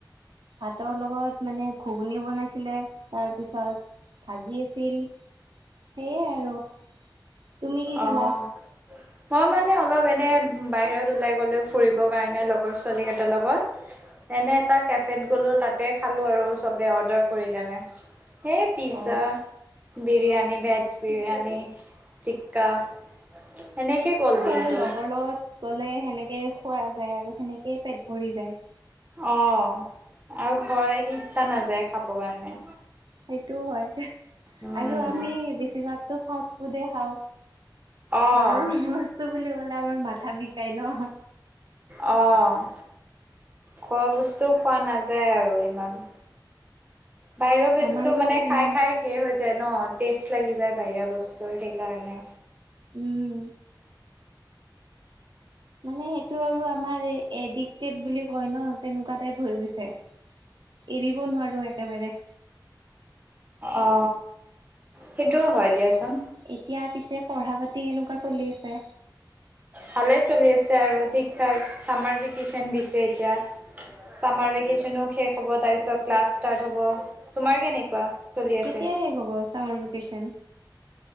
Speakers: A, on the right; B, on the right.
A: ভাতৰ লগত মানে। ঘুগুনি বনাইছিলে তাৰপিছত ভাজি আছিল। সেইয়াই আৰু। তুমি কি খালা
B: অহ। মই মানে অলপ এনে বাহিৰত ওলাই গ'লো ফুৰিব কাৰণে লগৰ ছোৱালী কেইটাৰ লগত। তেনে এটা কেফেত গ'লো তাতে খালো আৰু ছবে অৰ্ডাৰ কৰি কিনে। সেই পিজা
A: অ
B: বিৰিয়ানী ভেজ বিৰিয়ানী টিক্কা। সেনেকে গ'ল
A: এইটো
B: দিনটো
A: হয় লগৰ লগত গ'লে সেনেকেই খোৱা যায় আৰু সেনেকেই পেট ভৰি যায়।
B: অ আৰু ঘৰত আহি ইচ্ছা নাযায় খাবৰ কাৰণে।
A: সেইটোও হয় এহে।
B: উম।
A: আৰু আমি বেছিভাগতো ফাষ্ট ফুডে খাওঁ
B: অ',
A: ঘৰৰ বস্তু। বস্তু বুলি কলে আমাৰ মাথা বিষাই ন।
B: অঁ। ঘৰৰ বস্তুও খোৱা নাযায় আৰু ইমান। বাহিৰৰ বস্তু
A: আমাৰো
B: মানে
A: চেমে
B: খাই খাই। শে হৈ যায় ন টেষ্ট লাগি যায় বাহিৰা বস্তুৰ সেইকাৰণে।
A: উম। মানে সেইটো আৰু আমাৰ এডিকটেড বুলি কয় ন তেনেকুৱা টাইপ হৈ গৈছে। এৰিব নোৱাৰোঁ একেবাৰে।
B: অ সেইটোও হয় দিয়াচোন।
A: এতিয়া পিছে পঢ়া পাতি কেনেকুৱা চলি আছে?
B: ভালে চলি আছে আৰু ঠিক ঠাক, চামাৰ ভেকেশচন দিছে এতিয়া। চামাৰ ভেকেশচনো শেষ হব তাৰপিছত ক্লাচ ষ্টাৰ্ট হব। তোমাৰ কেনেকুৱা? চলি আছে?
A: কেতিয়া শেষ হ'ব চামাৰ ভেকেশ্যন?